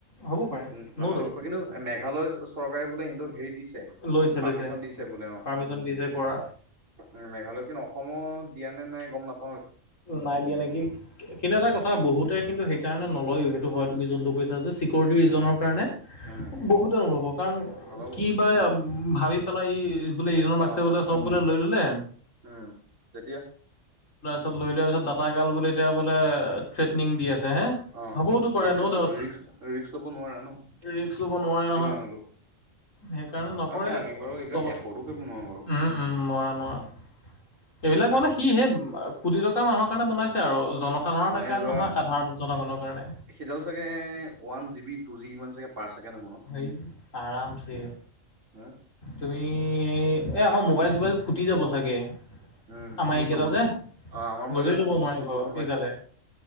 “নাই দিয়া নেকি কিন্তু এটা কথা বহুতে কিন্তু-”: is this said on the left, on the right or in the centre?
Left